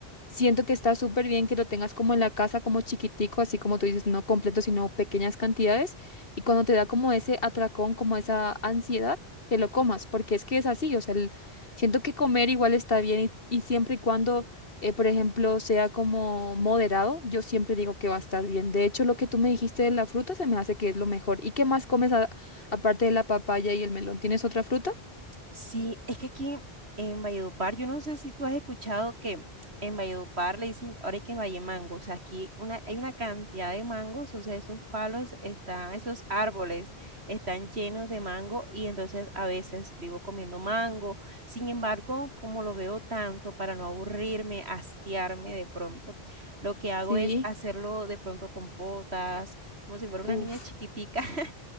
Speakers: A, on the left; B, on the right.
A: Siento que está súper bien que lo tengas como en la casa, como chiquitico, así como tú dices, no completo, sino pequeñas cantidades. Y cuando te da como ese atracón, como esa ansiedad, te lo comas, porque es que es así, o sea, el- siento que comer igual está bien y, y siempre y cuando, eh, por ejemplo, sea como moderado, yo siempre digo que va a estar bien. De hecho, lo que tú me dijiste de la fruta se me hace que es lo mejor. ¿Y qué más comes a- aparte de la papaya y el melón? ¿Tienes otra fruta?
B: Sí, es que aquí en Valledupar, yo no sé si tú has escuchado que en Valledupar le dicen, ahora hay que en Vallemango, o sea, aquí una, hay una cantidad de mangos, o sea, esos palos están, esos árboles están llenos de mango y entonces a veces vivo comiendo mango. Sin embargo, como lo veo tanto, para no aburrirme, hastiarme de pronto, lo que hago
A: Sí,
B: es hacerlo de pronto con potas, como si fuera una
A: uff.
B: niña chiquitica. <laughs>